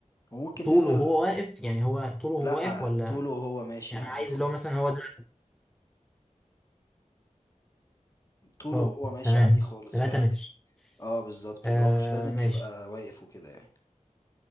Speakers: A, on the left (about 25°); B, in the centre.
A: وممكن
B: طوله
A: تسأل
B: وهو واقف يعني هو طوله
A: لا
B: وهو واقف ولا
A: طوله وهو ماشي
B: يعني
A: عادي
B: عايز
A: خالص
B: اللي هو مثلا هو دلوقتي
A: طوله
B: اه
A: وهو ماشي
B: تمام
A: عادي خالص
B: 3
A: فاهم
B: متر
A: اه بالظبط
B: آه
A: اللي هو مش لازم
B: ماشي
A: يبقى واقف وكده يعني